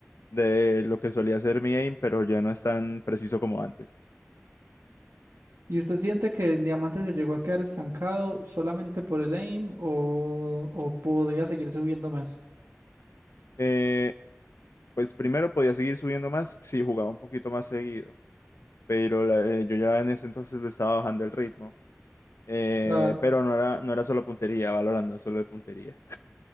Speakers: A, on the left (about 65°); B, on the right (about 75°).
A: de lo que solía ser mi aim, pero ya no es tan preciso como antes.
B: ¿Y usted siente que en Diamante se llegó a quedar estancado solamente por el aim o, o podía seguir subiendo más?
A: Eh, pues primero podía seguir subiendo más si jugaba un poquito más seguido, pero la- eh, yo ya en ese entonces le estaba bajando el ritmo. Eh,
B: Claro.
A: pero no era, no era solo puntería, valorando no es solo de puntería.